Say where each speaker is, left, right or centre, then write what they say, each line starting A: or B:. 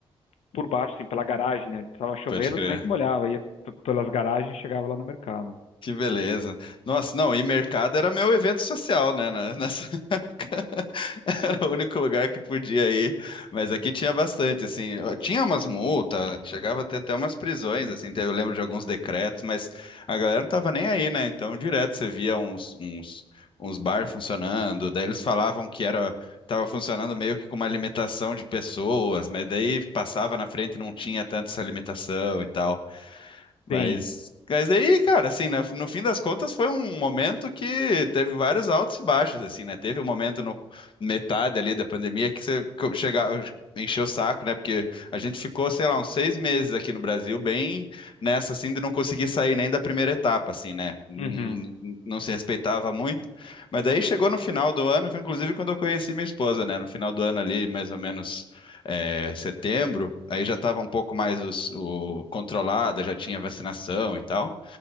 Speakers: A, on the left (about 85°); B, on the left (about 55°).
A: por baixo, assim, pela garagem, né? Tava chovendo,
B: Pode crer.
A: tu nem se molhava, ia p- pelas garagens e chegava lá no mercado.
B: Que beleza. Nossa, não, e mercado era meu evento social, né? na- Nessa <laughs> época era o único lugar que podia ir. Mas aqui tinha bastante, assim. Tinha umas multas, chegava a ter até umas prisões, assim. teve- Eu lembro de alguns decretos, mas a galera não tava nem aí, né? Então, direto você via uns, uns, uns bar funcionando. Daí eles falavam que era, tava funcionando meio que com uma limitação de pessoas, mas daí passava na frente e não tinha tanto essa limitação e tal. Mas,
A: Sim.
B: mas aí, cara, assim, na- no, fim das contas foi um momento que teve vários altos e baixos, assim, né? Teve um momento no metade ali da pandemia que você co- chegava, encheu o saco, né? Porque a gente ficou, sei lá, uns seis meses aqui no Brasil, bem nessa, assim, de não conseguir sair nem da primeira etapa, assim, né? Não,
A: Uhum.
B: não se respeitava muito. Mas daí chegou no final do ano, foi inclusive quando eu conheci minha esposa, né? No final do ano ali, mais ou menos é, setembro, aí já estava um pouco mais os- o, controlada, já tinha vacinação e tal.